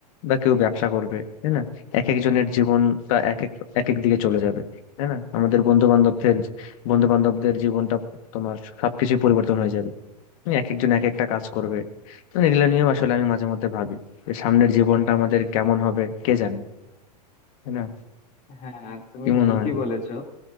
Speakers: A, on the left (about 55°); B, on the left (about 35°).
A: বা কেউ ব্যবসা করবে তাই না এক একজনের জীবনটা এক এক এক এক দিকে চলে যাবে তাই না আমাদের বন্ধু বান্ধবদের বন্ধু বান্ধবদের জীবনটা তোমার সবকিছু পরিবর্তন হয়ে যাবে তুমি এক একজন এক একটা কাজ করবে তো এগুলো নিয়েও আসলে আমি মাঝে মধ্যে ভাবি যে সামনের জীবনটা আমাদের কেমন হবে কে জানে তাই না
B: হ্যাঁ তুমি
A: কি মনে
B: ঠিকই
A: হয়
B: বলেছো